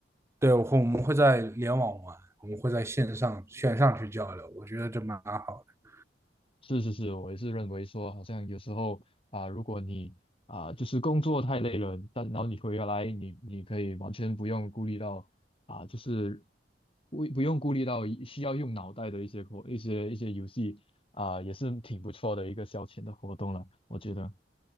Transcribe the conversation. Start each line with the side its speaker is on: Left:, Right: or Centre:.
Right: 对我会我们会在联网玩，我们会在线上线上去交流，我觉得这蛮好的。
Left: 是是是，我也是认为说，好像有时候啊、如果你啊、就是工作太累了，但然后你回来，你你可以完全不用顾虑到啊、就是不不用顾虑到一需要用脑袋的一些活一些一些游戏啊、也是挺不错的一个消遣的活动了，我觉得。